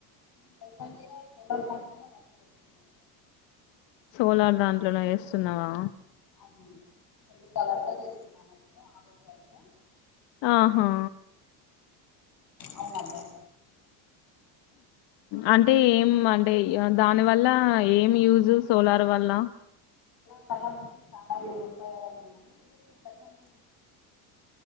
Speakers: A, on the left; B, on the left.
A: నేను ప్రెసెంట్ గా సోలార్ కంపెనీలో వర్క్ చేస్తున్నాను
B: సోలార్ దాంట్లోనో చేస్తున్నావా
A: అవున టెలికాలర్ గా చేస్తున్న ఆఫీస్ వర్క్
B: ఆహా
A: అవునబ్బా
B: అంటే ఏం అంటే దాని వల్ల ఏం యూజ్ సోలార్ వల్ల
A: సలార్ వల్ల చాలా ఉపయోగాలు ఉన్నాయి ఇది ప్రెసెంట్